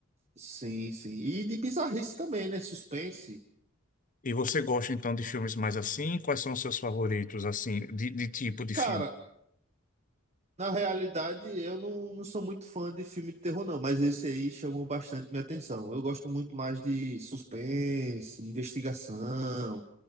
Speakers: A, on the right (about 30°); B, on the left (about 40°).
A: Sim, sim. E de bizarrice também, né? Suspense.
B: E você gosta então de filmes mais assim? Quais são os seus favoritos, assim, de, de tipo de
A: Cara,
B: filme?
A: na realidade, eu não, não sou muito fã de filme de terror, não, mas esse aí chamou bastante minha atenção. Eu gosto muito mais de suspense, investigação.